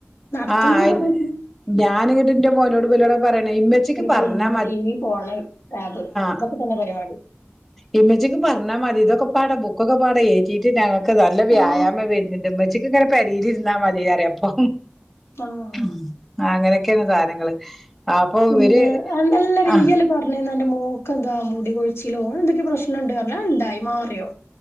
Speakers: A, on the left; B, in the centre.
A: നടത്തന്ന്
B: ആഹ് അയ്ന്
A: പറഞ്ഞാൽ
B: ഞാനിങ്ങട്ട് ഇന്റെ മോനോട് ഇബലോടാ പറയണേ ഇമ്മച്ചിക്ക് പറഞ്ഞാ
A: <unintelligible> ഓൺലൈൻ ടാബ്
B: ആ
A: ഇതൊക്കെ തന്നെ പരിപാടി
B: ഇമ്മച്ചിക്ക് പറഞ്ഞാൽ മതി ഇതൊക്കെ പാടാ ബുക്കൊക്കെ പാടാ ഏറ്റി ഞങ്ങൾക്ക് നല്ല വ്യായാമം
A: ആഹ്
B: വരുന്നുണ്ട് ഉമ്മച്ചിക്ക് ഇങ്ങനെ പെരയിലിരുന്നാ മതി പറയും ഇപ്പം
A: ആഹ്
B: മ്മ് അങ്ങനെയൊക്കെയാണ് കാര്യങ്ങള് അപ്പൊ
A: പിന്നെ
B: ഇവര്
A: <unintelligible>
B: ആ
A: പറഞ്ഞിരുന്നു അന്റെ മോൾക്ക് എന്താ മുടികൊഴിച്ചിലോ എന്തൊക്കെ പ്രശ്നുണ്ട് പറഞ്ഞല്ലോ അത് എന്തായി മാറിയോ